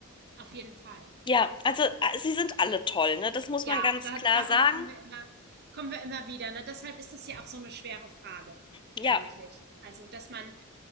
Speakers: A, on the right; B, on the left.
A: auf jeden Fall.
B: ja, also äh, sie sind alle toll, ne? Das muss
A: Ja,
B: man ganz
A: da
B: klar
A: darauf
B: sagen.
A: kommen wir immer kommen wir immer wieder, ne? Deshalb ist das ja auch so eine schwere Frage
B: Ja,
A: eigentlich. Also, dass man